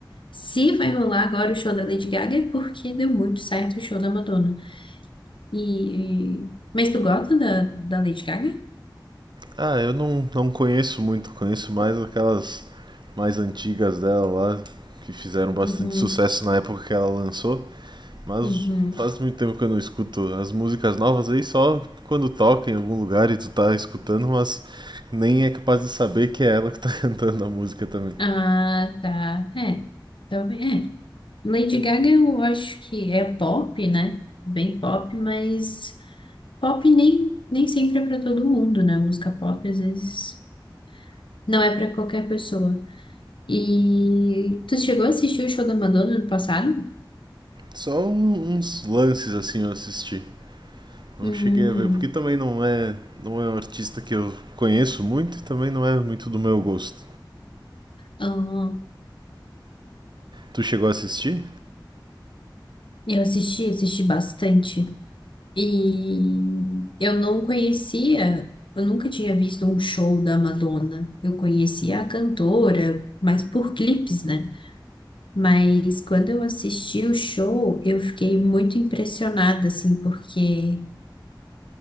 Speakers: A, on the left (about 85°); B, on the right (about 65°).
A: Se vai rolar agora o show da Lady Gaga é porque deu muito certo o show da Madonna. E, e- Mas tu gosta da, da Lady Gaga?
B: Ah, eu não, não conheço muito, conheço mais aquelas mais antigas dela lá que fizeram bastante
A: Uhum,
B: sucesso na época que ela lançou. Mas
A: uhum.
B: faz muito tempo que eu não escuto as músicas novas aí, só quando toca em algum lugar e tu tá escutando, mas nem é capaz de saber que é ela que tá <laughs> cantando a música também.
A: Ah, tá. É. Talvez. É. Lady Gaga eu acho que é pop, né? Bem pop, mas pop nem, nem sempre é pra todo mundo, né? Música pop às vezes não é pra qualquer pessoa. E tu chegou a assistir o show da Madonna no passado?
B: Só um- uns lances assim eu assisti. Não
A: Hum.
B: cheguei a ver, porque também não é, não é um artista que eu conheço muito e também não é muito do meu gosto.
A: Ah.
B: Tu chegou a assistir?
A: Eu assisti, assisti bastante. E eu não conhecia, eu nunca tinha visto um show da Madonna. Eu conhecia a cantora, mas por clipes, né? Mas quando eu assisti o show, eu fiquei muito impressionada, assim, porque